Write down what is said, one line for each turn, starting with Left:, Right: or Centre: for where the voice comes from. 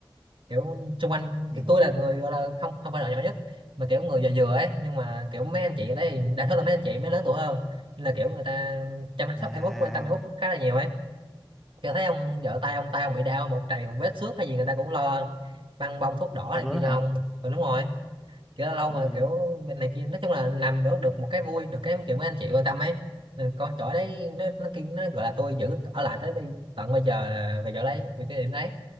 Right: kiểu xung quanh
Centre: ừ
Right: kiểu tôi là người gọi là không không phải là nhỏ nhất mà kiểu người già vừa ấy nhưng mà kiểu mấy anh chị ở đây thì đa số là mấy anh chị mới lớn tuổi hơn nên là kiểu người ta chăm sóc
Centre: à
Right: em út quan tâm em út khá là nhiều ấy kiểu thấy ông vợ tay ông tay ông bị đau một trầy một vết xước hay gì người ta cũng lo băng bông thuốc đỏ
Centre: thật
Right: này
Centre: luôn
Right: kia
Centre: đó
Right: cho
Centre: hả
Right: ông ừ, đúng rồi kiểu lâu lâu mà
Centre: ừ
Right: kiểu bên này kia nói chung là làm được được một cái vui được cái kiểu mấy anh chị quan tâm ấy Nên con chỗ đấy nó nó kia nó gọi là tôi giữ ở lại tới bây, tận bây giờ là về chỗ đấy về cái điểm đấy